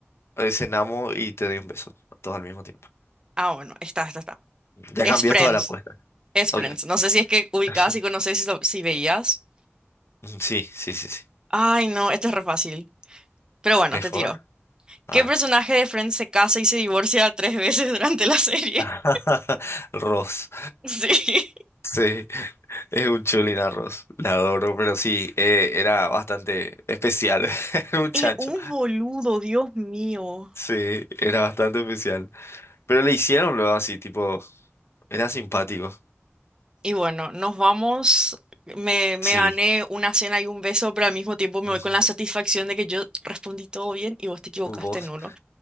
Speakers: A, on the left; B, on the right.
A: eh, cenamos y te doy un beso, todo al mismo tiempo.
B: Ah, bueno, está, está, está.
A: Ya
B: Es
A: cambió
B: Friends.
A: toda la apuesta.
B: Es
A: Ok.
B: Friends. No sé si es que ubicabas
A: <laughs>
B: y conoces si, lo- si veías.
A: Sí, sí, sí, sí.
B: Ay, no, esto es re fácil. Pero bueno,
A: Mejor.
B: te tiro.
A: A
B: ¿Qué personaje
A: ver.
B: de Friends se casa y se divorcia tres veces <laughs> durante la serie?
A: <laughs>
B: <laughs>
A: Ross.
B: Sí.
A: Sí, es un chulín a Ross. La adoro, pero sí, eh, era bastante especial <laughs> el muchacho.
B: Es un boludo, Dios mío.
A: Sí, era bastante especial. Pero le hicieron luego así, tipo, era simpático.
B: Y bueno, nos vamos. Me, me
A: Sí.
B: gané una cena y un beso, pero al mismo tiempo me
A: Ujú.
B: voy con la satisfacción de que yo respondí todo bien y vos te equivocaste
A: ¿Vos?
B: en uno.